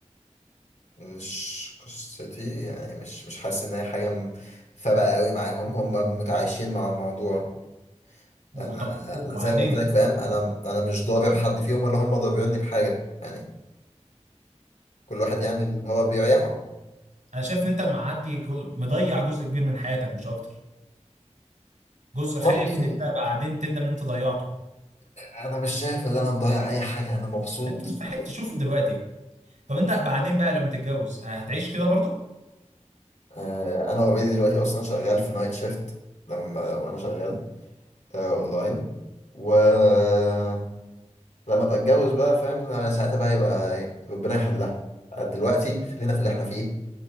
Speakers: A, on the left; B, on the right.
A: مش قصتي يعني مش مش حاسس ان هي حاجة م- فارقة قوي معاهم هم متعايشين مع الموضوع
B: وطب
A: انا
B: وبعدين
A: انا زي ما قلت لك فاهم انا انا مش ضارب حد فيهم ولا هم ضاربيني بحاجة يعني كل واحد يعمل اللي هو بيريحه
B: انا شايف ان انت معدي جو- مضيع جزء كبير من حياتك مش اكتر جزء خايف
A: والله
B: ان انت بعدين تندم ان انت ضيعته
A: انا مش شايف ان انا مضيع اي حاجه انا مبسوط
B: انت مستحيل تشوفه دلوقتي طب انت بعدين بقى لما تتجوز آه، هتعيش كده برضه
A: آه، انا اوريدي دلوقتي اصلا شغال في نايت شيفت لما وانا شغال آه، اونلاين ولما ابقى اتجوز بقى فاهم إن انا ساعتها بقى يبقى ربنا يحلها آه، دلوقتي خلينا في اللي احنا فيه